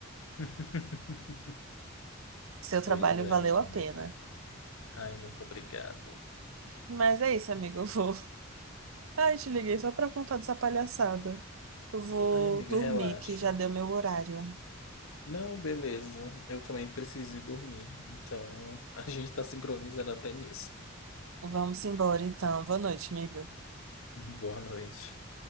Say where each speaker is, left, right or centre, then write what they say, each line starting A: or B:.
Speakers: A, on the left; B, on the right.
A: <laughs>
B: Seu
A: Pois
B: trabalho
A: é,
B: valeu
A: amiga.
B: a pena.
A: Ai, muito obrigado.
B: Mas é isso, amiga. Eu vou. <laughs> Ai, te liguei só pra contar dessa palhaçada. Eu vou
A: Ai, amiga,
B: dormir,
A: relaxa.
B: que já deu meu horário.
A: Não, beleza. Eu também preciso ir dormir. Então, a gente tá sincronizado até nisso.
B: Vamos embora, então. Boa noite, amiga.
A: <laughs> Boa noite.